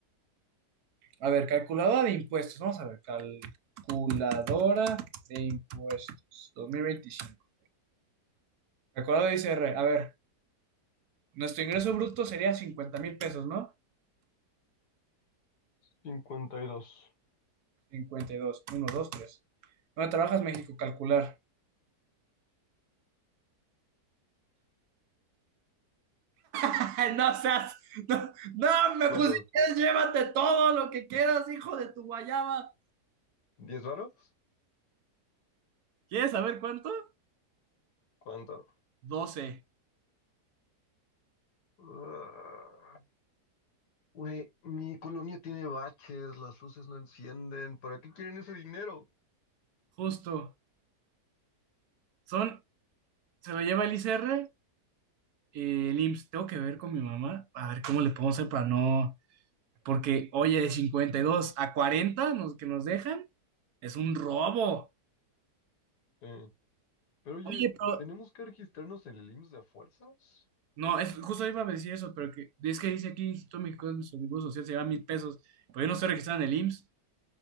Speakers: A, on the right; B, on the left.
A: a ver, calculadora de impuestos. Vamos a ver, calculadora de impuestos 2025. Calculadora de I C R. A ver, nuestro ingreso bruto sería cincuenta mil pesos, ¿no?
B: cincuenta y dos,
A: 52, 1, 2, 3. ¿Dónde trabajas, México? Calcular. <laughs> Ay, No seas, no, no me
B: ¿Cuánto?
A: pusiste, llévate todo lo que quieras, hijo de tu guayaba.
B: diez varos?
A: ¿Quieres saber cuánto?
B: ¿Cuánto?
A: doce
B: Ah, Güey, mi colonia tiene baches, las luces no encienden. ¿Para qué quieren ese dinero?
A: justo. Son, se lo lleva el ICR, eh, el IMSS. Tengo que ver con mi mamá, a ver cómo le podemos hacer para no. Porque, oye, de 52 a 40 nos, que nos dejan, es un robo.
B: Eh, pero oye,
A: Oye, pero.
B: ¿tenemos que registrarnos en el IMSS de a fuerzas?
A: No, es, justo iba a decir eso, pero que, es que dice aquí Instituto Mexicano de Seguro Social se lleva mil pesos, pero yo no estoy registrado en el IMSS.